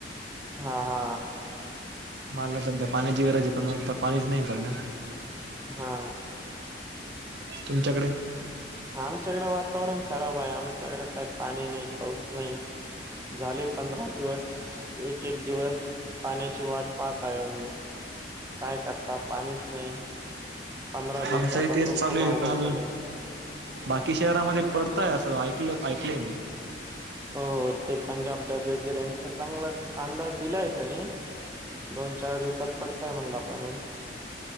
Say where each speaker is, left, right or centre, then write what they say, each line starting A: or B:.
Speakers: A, on the right (about 15°); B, on the right (about 70°).
A: हा हा
B: मला सध्या पाण्याची गरज आहे पण नेमक पाणीच नाही सध्या
A: हा
B: तुमच्याकडे
A: आमच्याकडें वातावरण खराब आहे आमच्याकडे काही पाणी नाही पाऊस नाही. झाले पंधरा दिवस एक एक दिवस पाण्याची वाट पाहत आहे आम्ही काय करता पाणीच नाही. पंधरा दिवसापासून
B: आमच हितेच चालू
A: खूप
B: आहे
A: अवघड
B: पण आजून
A: झालंय
B: बाकी शहरामध्ये पडताय असं ऐकलं ऐकलंय मी
A: हो ते पंजाब डग वगैरे यांचा चांगलाच अंदाज दिलाय त्यानी दोन चार दिवसात पडतोय म्हणला पाणी